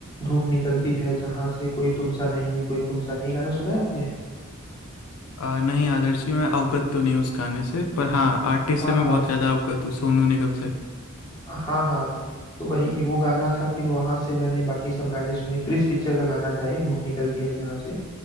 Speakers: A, on the left; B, on the left.
A: धूप निकलती है जहां से कोई तुमसा नहीं है कोई तुमसा नहीं गाना सुना है आपने
B: आ, नहीं आदर्श जी मैं अवगत तो नहीं हूँ उस गाने से पर हाँ आर्टिस्ट
A: हाँ
B: से मैं
A: हाँ
B: बहुत ज़्यादा अवगत हूँ सोनू निगम से
A: हाँ हाँ तो वही वो गाना था फिर वहां से मैंने बाकी सब गाने सुने क्रिस पिक्चर का गाना था ये धूप निकलती है जहां से